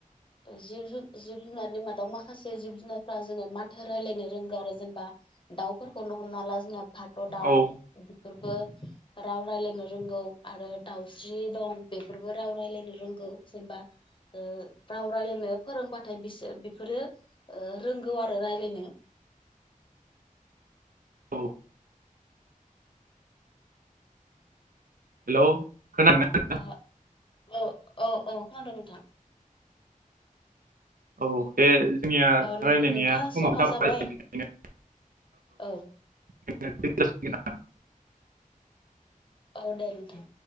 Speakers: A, on the left; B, on the right.
A: जिब ज जिब जुनारनि मादाव माखासे जिब जुनारफ्रा जेने माथो राय्लायनो रोंगौ आरो जेनेबा दाउफोरखौनो हमना ला जोंना फाथ' दाउ
B: औ
A: बेफोरबो राव राय्लायनो रोंगौ आरो दाउस्रि दं बेफोरबो राव राय्लायनो रोंगौ जेनेबा ओ राव रायलायनो फोरोंबाथाय बिसोर बेफोरो ओ रोंगौ आरो रायलायनो।
B: औ हेलौ खोनादों ना?
A: औ औ औ खोनादों नोंथां।
B: औ दे जोंनिया
A: औ
B: रायलायनाया
A: नोंथां
B: समाबो
A: समा जाबाय।
B: बेनिखायनो
A: औ
B: <unintelligible>
A: औ दे नोंथां।